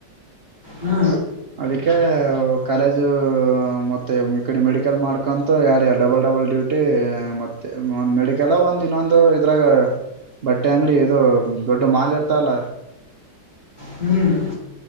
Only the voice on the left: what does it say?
ಹಾ
ಹ್ಮ್ <inaudible>